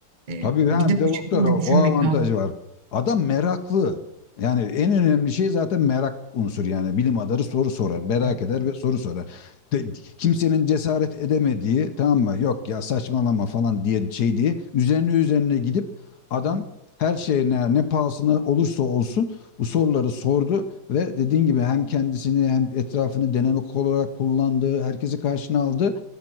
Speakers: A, on the right; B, on the left.
A: Ee,
B: Tabii
A: bir
B: ha
A: de
B: bir de
A: bu şekilde
B: doktor o
A: düşünmek
B: o avantajı
A: lazım.
B: var. Adam meraklı. Yani en önemli şey zaten merak unsur yani bilim adamı soru sorar, merak
A: Evet,
B: eder ve soru sorar. De- kimsenin cesaret edemediği tamam mı? Yok ya saçmalama falan diye şey diye üzerine üzerine gidip adam
A: evet.
B: her şeyine ne pahasına olursa olsun bu soruları sordu ve dediğin gibi hem kendisini hem etrafını denemek olarak kullandı, herkesi karşına aldı